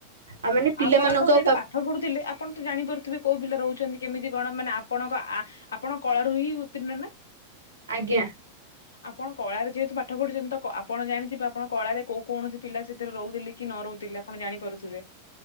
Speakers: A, on the right; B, on the left.
A: ଆଉ ମାନେ ପିଲାମାନଙ୍କ
B: ଆପଣ ତ ସେଇଠି
A: ପା
B: ପାଠ ପଢୁଥିଲେ ଆପଣ ତ ଜାଣିପାରୁଥିବେ କୋଉ ପିଲା ରହୁଛନ୍ତି କେମିତି କଣ? ମାନେ ଆପଣଙ୍କ ଆ ଆପଣ କଳାରୁ ହିଁ ଉତ୍ତିର୍ଣ୍ଣ ନା।
A: ଆଜ୍ଞା।
B: <unintelligible> ଆପଣ କଳାରେ ଯେହେତୁ ପାଠ ପଢୁଛନ୍ତି ତ କ-ଆପଣ ଜାଣିଥିବେ ଆପଣ କଳାରେ କୋଉ କୌଣସି ପିଲା ସେଥିରେ ରହୁଥିଲେ କି ନ ରହୁଥିଲେ? ଆପଣ ଜାଣିପାରୁଥିବେ?